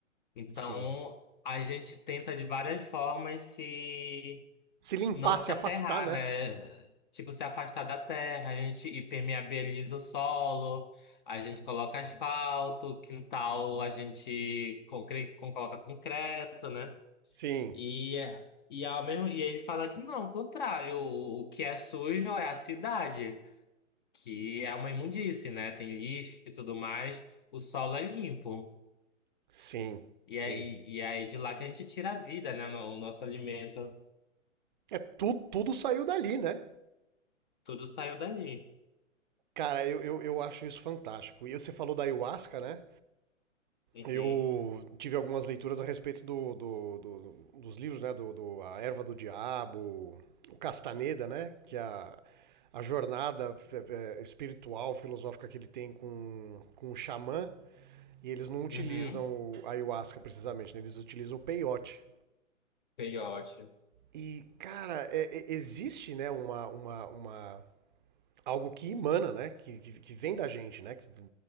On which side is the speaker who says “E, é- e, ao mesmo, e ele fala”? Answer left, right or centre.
Left